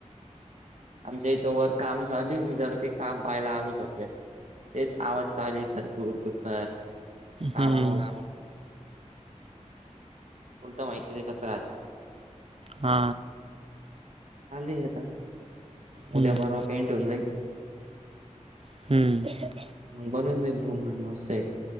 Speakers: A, on the right (about 65°); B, on the right (about 50°).
A: आमच्या इथं वर काम चालू जरा ते काम पाहायला आलो सध्या तेच आवाज चालू ख कुरकुरकर कामामुळे
B: हम्म
A: उलत माहिती ते कसं राहात
B: हा
A: चाले आता
B: हम्म
A: उद्या परवा पेंट होऊन जाईल
B: हम्म
A: मग बनवून जाईल रूम माझी मस्त पैकी